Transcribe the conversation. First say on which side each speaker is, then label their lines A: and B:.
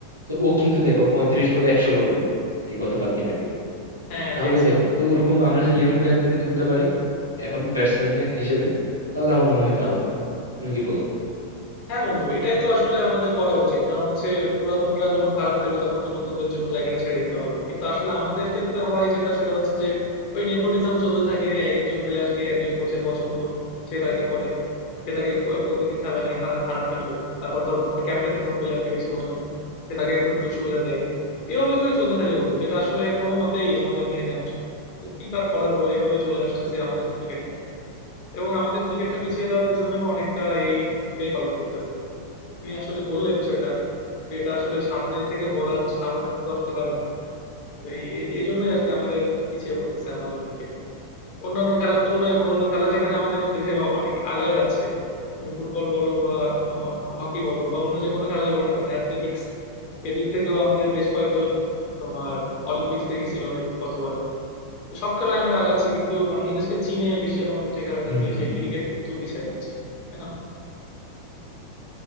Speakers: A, on the left; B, on the left.
A: তো ও কিন্তু দেখো পঁয়ত্রিশ বলে একশো করলো এই গতকালকে মেবি
B: হ্যাঁ,
A: তাহলে
B: দেখছিলাম।
A: দেখো তো ওরকম আমরা যদি ইয়াং প্লেয়ারদেরকে তুলতে পারি এখন ব্যাটসম্যান হিসেবে তাহলে আমার মনে হয় ভালো হয় তুমি কি বলো
B: হ্যাঁ বন্ধু, এটাই তো আসলে আমাদের করা উচিত। কারণ হচ্ছে পুরাতনরা যখন খারাপ খেলবে তখন তো নতুনদের জন্য জায়গাটা ছেড়ে দিতে হবে। কিন্তু আসলে আমাদের ক্ষেত্রে হয় যেটা সেটা হচ্ছে যে ওই নেপোটিজম চলতে থাকে। এক একজন প্লেয়ারকে একজন কোচের পছন্দ, সে তাকে করে। সে তাকে প প্রতিদিন খেলায় নেয় খারা খারাপ খেললেও। তারপর ধরো তোমার ক্যাপ্টেনের কোনো প্লেয়ারকে বেশি পছন্দ, সে তাকে একটু সুযোগ সুবিধা দেয়। এভাবে করে চলতে থাকে বন্ধু, যেটা আসলে কোনো মতেই আমাদের মেনে নেওয়া উচিত না। কিন্তু কি আর করার বলো, এভাবেই চলে আসতেছে আমাদের ক্রিকেটটা। এবং আমাদের ক্রিকেটটা পিছিয়ে যাওয়ার পিছনেও অনেকটা এই ভূমিকাই পালন করতেছে তুমি আসলে বললে বিষয়টা তো এটা আসলে সামনে থেকে বলার সাহস তো আসলে কারণ নাই তো এই এই- এই জন্যই আর কি আমাদের পিছিয়ে পড়তেছে আমাদের ক্রিকেট অন্যান্য খেলার তুলনায় অন্যান্য খেলা যেখানে আমাদের দেশে অ- অনেক আগায় যাচ্ছে তুমি ফুটবল বলো বা হকি বলো বা অন্য যে কোনো খেলাই বলো না কেন অ্যাথলেটিক্স এদিক থেকেও আমাদের বেশ কয়েকজন তোমার অলিম্পিক্সে গেছিল গতবার তো সব খেলায় আমরা আগাচ্ছি কিন্তু বাংলাদেশকে চীনে বিশ্বের মানুষ যে খেলাটা
A: হুম
B: দিয়ে
A: হুম
B: সেই ক্রিকেট কিন্তু পিছিয়ে যাচ্ছে তাই না